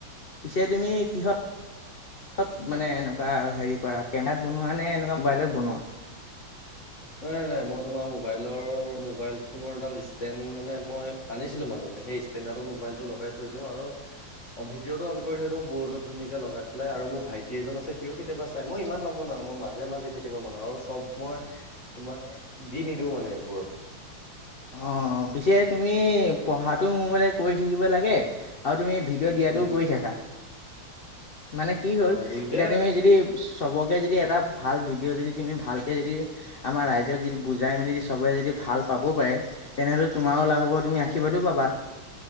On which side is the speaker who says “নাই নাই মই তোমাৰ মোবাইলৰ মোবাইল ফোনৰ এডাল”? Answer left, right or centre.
Left